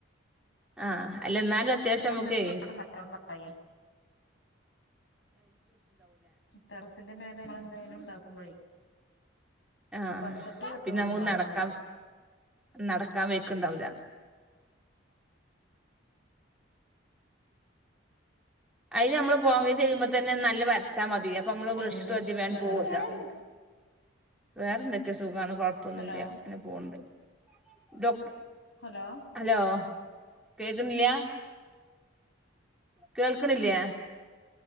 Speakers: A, in the centre; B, on the left.
A: ആഹ് അല്ല നാല അത്യാവശ്യംൊക്കെ
B: പച്ചപ്പ് കിട്ടും നല്ലോണം പറയേ ടെറസിന്റെ മേഖക എന്തെങ്കിലും ഉണ്ടാക്കുമ്പഴേ
A: ആ
B: പച്ചത്ത കിട്ടും
A: പിന്നെ
B: നല്ലോണം
A: നമുക്ക് നടക്കാൻ
B: പറയാ
A: നടക്കാൻ വയ്ക്ക്ണ്ടാവൂല അതിത് നമ്മള് കോൺക്രീറ്റ് കഴ്യുമ്പോ തന്നെ നല്ല വരച്ചാൽ മതി അപ്പൊ നമ്മള്
B: പിന്നെ
A: വൃഷിട്ട് മദ്യ വേൻ
B: വേറെന്തൊക്കെ
A: പോവല്ലോ വേറെ എന്തൊക്കെ സുഖണും കൊഴപ്പൊന്നുംല്ല
B: ഹലോ
A: അങ്ങനെ പോണ്ട്ോ
B: ഹലോ
A: ഹലോ കേക്കുന്നല്ലിയാ കേൾക്കണില്ല